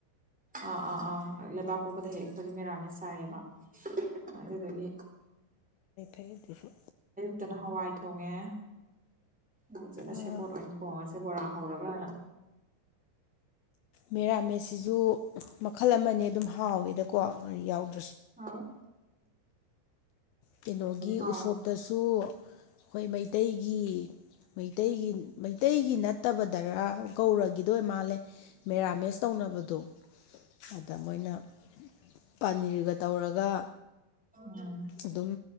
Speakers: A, in the centre; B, on the left.
A: ꯑꯥ ꯑꯥ ꯑꯥ ꯂꯩꯕꯥꯛ ꯄꯣꯛꯕꯗ ꯍꯦꯛ ꯍꯧꯖꯤꯛ ꯃꯦꯔꯥꯅ ꯆ ꯁꯥꯏꯌꯦꯕ ꯑꯗꯨ ꯀꯔꯤ
B: ꯍꯩꯗꯨꯁꯨ
A: ꯐꯇꯅ ꯍꯋꯥꯏ ꯊꯣꯡꯉꯦ ꯐꯖꯅ
B: ꯑꯥ
A: ꯁꯦꯕꯣꯠ ꯑꯣꯏꯅ ꯊꯣꯡꯉꯁꯦ ꯕꯣꯔꯥ ꯍꯧꯔꯒꯅ
B: ꯃꯦꯔꯥꯃꯦꯠꯁꯤꯁꯨ ꯃꯈꯜ ꯑꯃꯅꯦ ꯑꯗꯨꯝ ꯍꯥꯎꯋꯦꯗꯀꯣ ꯌꯥꯎꯗꯦ
A: ꯍꯥꯎ
B: ꯀꯩꯅꯣꯒꯤ
A: ꯍꯥꯎꯋꯦ
B: ꯎꯁꯣꯞꯇꯁꯨ ꯍꯣꯏ ꯃꯩꯇꯩꯒꯤ ꯃꯩꯇꯩꯒꯤ ꯃꯩꯇꯩꯒꯤ ꯅ ꯐꯠꯇꯕ ꯗꯔꯥ ꯧꯔꯒꯤꯗꯣꯏ ꯃꯥꯜꯂꯦ ꯃꯦꯔꯥꯃꯦꯁ ꯇꯧꯅꯕꯗꯣ ꯑꯗ ꯃꯣꯏꯅ ꯄꯅꯤꯔꯒ ꯇꯧꯔꯒ
A: ꯎꯝ
B: ꯑꯗꯨꯝ